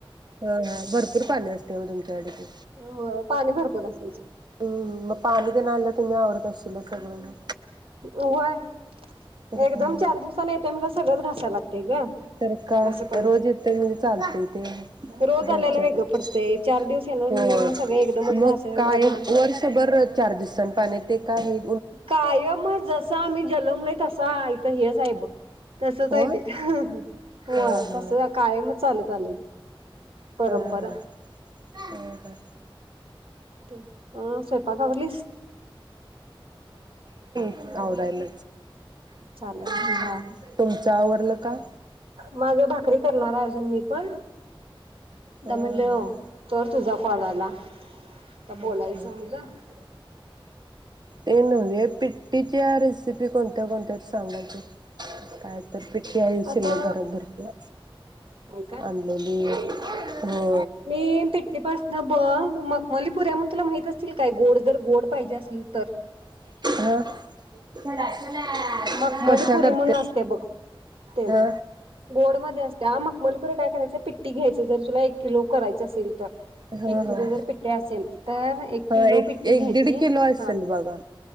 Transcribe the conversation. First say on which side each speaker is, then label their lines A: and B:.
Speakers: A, on the right; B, on the right.
A: हा हा भरपूर पाणी असतय मग तुमच्याकडे की
B: हो पाणी भरपूर असेल
A: अम मग पाणीतेन आण तुम्ही अवरत अशीला सगळं मग.
B: होय
A: मग
B: एकदम
A: ह
B: चार दिवसानी येते मग सगळंच घासायला लागतय. ग
A: तर का
B: असं पण
A: रोज इतर येऊन चालतयते
B: रोज आल्याला
A: रोजच्या
B: वेगळं
A: रोज
B: पडतंय चार दिवस येणार
A: हो
B: म्हणल्यावर मग सगळं एकदमच घासाय
A: मग कायम
B: जरा घाण
A: वर्षभर चार्जेस. पण पाण्यात ते काये
B: कायमचं जस आम्ही जन्मलयं तसा इथं हेच हाय बघ. तसच
A: होय
B: हाय ते होय
A: ह ह
B: तसच कायमचं. चालत आलयं ते. परंपरा
A: ह हा ह हा
B: ते हं स्वयंपाक आवरलीस.
A: आवरायल.
B: चालेल
A: हम्
B: हा
A: तुमचं आवरलं का?
B: माझ्या भाकरी करणार आहे अजून मी पण.
A: ह
B: त्या म्हणले हो
A: ह
B: तर तुझा कॉल आला. आता बोलायचं
A: ह ह
B: म्हणलं
A: ते नव्हे पिट -- ीची रेसिपी कोणत्या कोणत्या सांगा की काय तर. पिठी हाय
B: आता
A: शिल्लक घरात भरत्या.
B: काय
A: आणलेली हो.
B: मीन तीटी पासन ब मखमली पुऱ्या म्हणून तुला माहित असतील काय गोड जर गोड पाहिजे असेल तर.
A: हा!
B: मखमलीपुरी
A: कशा करते
B: म्हणून असते बघ ते
A: हा
B: गोड मध्ये असते ह मखमलीपुरी काय करायच पिट्टी घ्यायची तुला एक किलो करायच असेल तर,
A: हा
B: एक किलो
A: हा
B: जर पिट्टी असेल तर, एक
A: हा
B: किलो
A: एक
B: पिटी
A: एक
B: घ्यायची
A: दीड किलो असेल
B: ह.
A: बघा